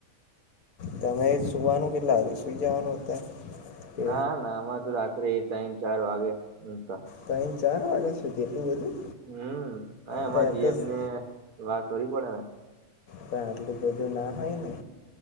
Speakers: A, on the right (about 85°); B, on the left (about 70°).
A: <unintelligible>
B: તમે સુવાનું કેટલા વાગે સુઈ જવાનું અત્યારે કે
A: ના ના અમારે તો રા ફ્રી ટાઇમ ચાર વાગે <inaudible>
B: ત્રણ ચાર વાગ્યા
A: <unintelligible>
B: સુધી એટલું બધું
A: હમ આયા અમાર
B: તે
A: જીએફને
B: તો સ-
A: વાત કરવી પડે ને
B: પણ આટલું બધુ ના થાયને